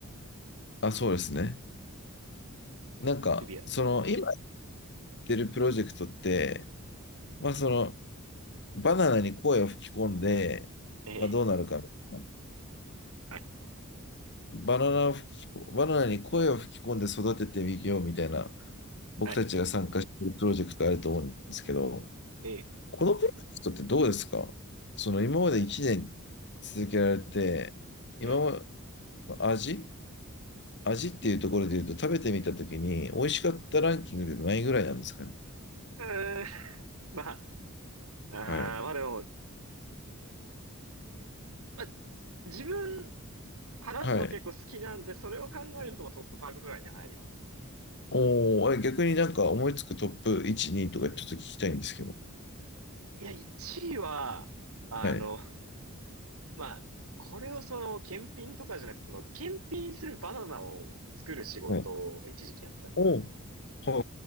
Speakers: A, on the left; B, on the right.
A: あ、そうですね。なんか、
B: シビア。
A: その、
B: ええ、
A: 今やってるプロジェクトって、まあ、その、バナナに声を吹き込んで、
B: ええ、
A: まあ、どうなるかみたいな。
B: はい、
A: バナナを吹きこ、バナナに声を吹き込んで育ててみようみたいな、僕たちが参加しているプロジェクトあると思うんですけど、
B: はい、ええ、
A: このプロジェクトってどうですかその今まで1年続けられて、今まで
B: ええ。
A: 味味っていうところで言うと食べてみたときに、美味しかったランキングでないぐらいなんですかね。
B: うーん、まあ、あーまあでも、
A: はい。
B: まあ、自分、話すの結構好きなんで、
A: はい。
B: それを考えるともうトップ5くらいに入りますね。
A: おー、あれ逆になんか思いつくトップ1、2とかちょっと聞きたいんですけど。
B: いや、1位は、あの、
A: はい。
B: まあ、これをその、検品とかじゃなくて、その、検品するバナナを作る仕事を一時期やってたんですけど、
A: はい。おはい
B: も
A: はい